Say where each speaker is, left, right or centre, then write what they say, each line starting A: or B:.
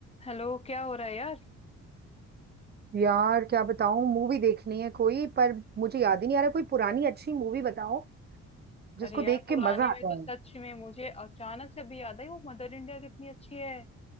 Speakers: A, on the left; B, on the right.
A: Hello क्या हो रहा है यार
B: यार क्या बताऊं मूवी देखनी है कोई पर मुझे याद ही नहीं आ रहा कोई पुरानी अच्छी मूवी बताओ जिसको
A: अरे यार
B: देख
A: पुराने
B: के मजा
A: में
B: आता
A: तो
B: है
A: सच में मुझे अचानक से अभी याद आई वो मदर इंडिया कितनी अच्छी है